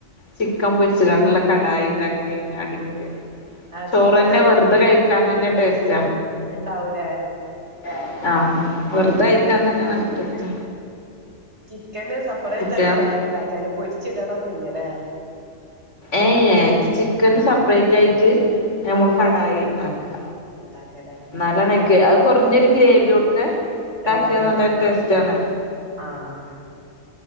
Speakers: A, on the left; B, on the right.
A: ചിക്കൻ പോരി നല്ല കടായി ഇണ്ടാക്കി കൈഞ്ഞാ അടിപൊളിയാ
B: ആഹ്
A: ചോറെന്നെ
B: ചിക്കൻ അയി
A: വെറുതെ കയി ക്കാൻ തന്നെ ടേസ്റ്റ
B: ഇണ്ടാവൂലേ
A: <unintelligible> ആഹ് വെറുതെ കഴി ക്കാൻ തന്നെ നല്ല ടേസ്റ്റ്
B: ചിക്കന് സെപ്പറേറ്റ്
A: കുട്ടികൾ
B: ആക്കി കടായി ഇണ്ടാക്കിയാല് പൊരിച്ച് ഇടണം ന്നില്ലലെ.
A: ഏയ് ഏഹ് ചിക്കന് സെപ്പറേറ്റ് ആയിട്ട് നമ്മള് കടായി ഇണ്ടാക്ക്.
B: ഇണ്ടാക്ക് അല്ലേ.
A: ഇന്നാലാണ് അയിക്ക് അത് കുറഞ്ഞൊരു ഗ്രേവിയോട്ക്കെ ഇണ്ടാക്കിയ
B: എന്നാ അങ്ങനെ
A: നല്ല ടേസ്റ്റ് ആണ്.
B: ആഹ്,